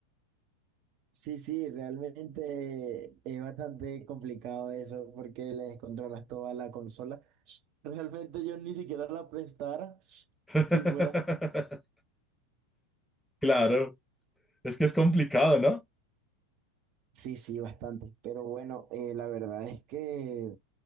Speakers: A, on the right; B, in the centre.
A: Sí, sí, realmente es bastante complicado eso porque le descontrolas toda la consola. <laughs> Realmente yo ni siquiera la prestara
B: <laughs>
A: si fuera... así.
B: Claro, es que es complicado, ¿no?
A: Sí, sí, bastante. Pero bueno, eh, la verdad es que